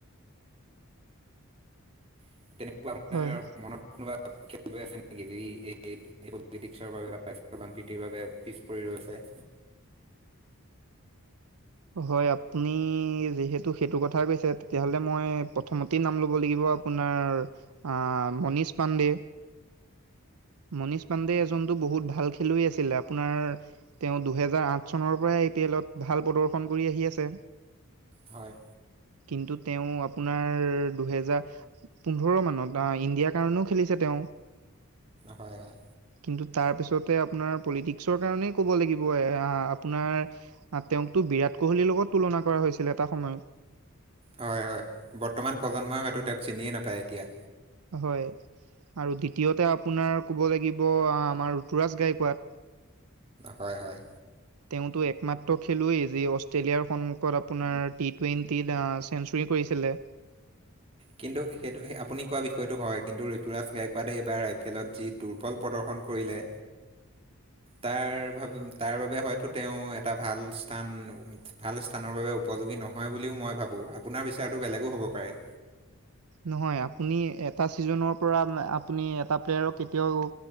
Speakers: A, on the right; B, on the right.
A: <unintelligible> মানে
B: হয়।
A: মনত কোনোবা।
B: <inaudible>
A: ৰৈ আছে নেকি যদি এই পলিটিক্স বাবে বা ৰ বানপীতিৰ বাবে পিছ পৰি ৰৈছে।
B: হয় আপুনি যিহেতু সেইটো কথা কৈছে তেতিয়াহ'লে মই প্ৰথমতেই নাম ল'ব লাগিব। আপোৰ আ মনিচ পাণ্ডে মনীষ পাণ্ডে এজনতো বহুত ভাল খেলুৱৈ আছিলে আপোনাৰ তেওঁ দুহেজাৰ আঠ চনৰ পৰাই এতিয়া এলত ভাল প্ৰদৰ্শন কৰি আহি আছে।
A: হয়
B: কিন্তু তেওঁ আপোনাৰ দুহেজাৰ পোন্ধৰ মানত আহ ইণ্ডিয়াৰ কাৰণেও খেলিছে তেওঁ। <inaudible>
A: হয় হয়।
B: কিন্তু তাৰ পিছতে আপোনাৰ পলিটিক্সৰ কাৰণে ক'ব লাগিব এ আপোনাৰ তেওঁক টো বিৰাট কোহলিৰ লগত তুলনা কৰা হৈছিল এটা সময়ত।
A: হয় হয় বৰ্তমান প্ৰজন্মই হয়তো তেওঁক চিনিয়ে নাপায় এতিয়া।
B: হয় আৰু দ্বিতীয়তে আপোনাৰ ক'ব লাগিব আমাৰ ঋতুৰাজ গাইকোৱাত।
A: হয় হয়
B: তেওঁতো একমাত্ৰ খেলুৱৈই যি অষ্ট্ৰেলিয়াৰ সন্মুখত আপোনাৰ টি টুৱেণ্টিত চেঞ্চুুৰী কৰিছ- ছিলে।
A: কিন্তু সেইটো আপুনি কোৱা বিষয়ে টো হয় কিন্তু ঋতুৰাজ গায়কোৱাডে এইবাৰ আই পি এলত যি দুৰ্বল প্ৰদৰ্শন কৰিলে
B: <inaudible>
A: তাৰ ভ তাৰ বাবে হয়তো তেওঁ এটা ভাল স্থান ভাল স্থানৰ বাবে উপযোগী। নহয় বুলিও মই ভাবো আপোনাৰ বিচাৰটো বেলেগো হ'ব পাৰে।
B: নহয় আপুনি এটা চিজনৰ পৰা আপুনি এটা প্লেয়াৰক কেতিয়াও